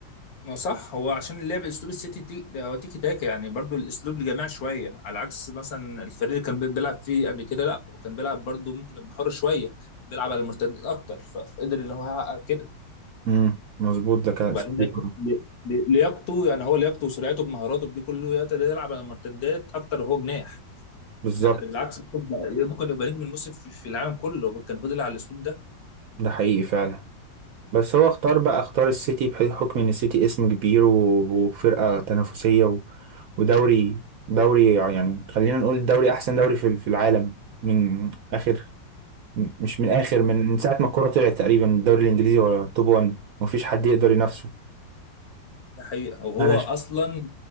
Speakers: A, on the left; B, on the right.
A: ما صح هو عشان اللعب اسلوب السيتي تي... ده هو تيكي تاكا يعني برضو الاسلوب لجماعي شويه على عكس مثلا الفريق اللي كان بيلعب فيه قبل كده لا هو كان بيلعب برضو ممكن يبقى حر شويه بيلعب على المرتدات اكتر فقدر ان هو يحقق كده
B: امم مظبوط ده كان
A: وبعدين
B: صحيح
A: ل- ل- لياقته يعني هو لياقته وسرعته بمهاراته بدي كله يقدر يلعب على المرتدات اكتر وهو جناح
B: بالظبط
A: لا ده بالعكس ممكن يبقى ممكن يبقى نجم الموسم في, في العالم كله كان فضل على الاسلوب ده
B: ده حقيقي فعلا بس هو اختار بقى اختار السيتي بحكم ان السيتي اسم كبير و- وفرقة تنافسية و... ودوري دوري يعني خلينا نقول دوري احسن دوري في في العالم من اخر م- مش من اخر من من ساعة ما الكورة طلعت تقريبا الدوري الانجليزي هو توب 1 مفيش حد يقدر ينافسه
A: ده حقيقه وهو
B: انا
A: اصلا